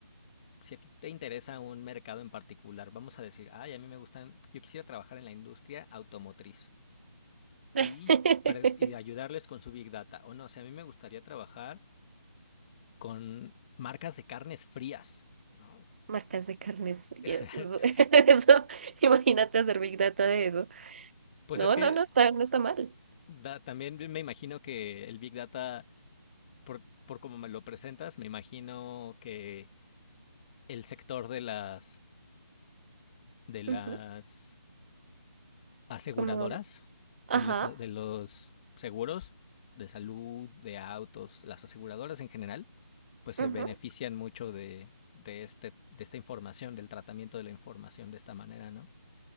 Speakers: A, on the left; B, on the right.
A: si a ti te interesa un mercado en particular. Vamos a decir, ay, a mí me gustan, yo quisiera trabajar en la industria automotriz.
B: <laughs>
A: y, pres- y ayudarles con su Big Data. O no, o sea, a mí me gustaría trabajar con marcas de carnes frías, ¿no?
B: Marcas de carnes frías.
A: <laughs>
B: Eso, <laughs> eso, imagínate hacer Big Data de eso.
A: Pues
B: No,
A: es que
B: no, no está, no está mal.
A: da- también me imagino que el Big Data, por, por como me lo presentas, me imagino que el sector de las, de las
B: Ujú.
A: aseguradoras,
B: Como, ajá.
A: de los, a- de los seguros de salud, de autos, las aseguradoras en general, pues se
B: ujú.
A: benefician mucho de, de, este, de esta información, del tratamiento de la información de esta manera, ¿no?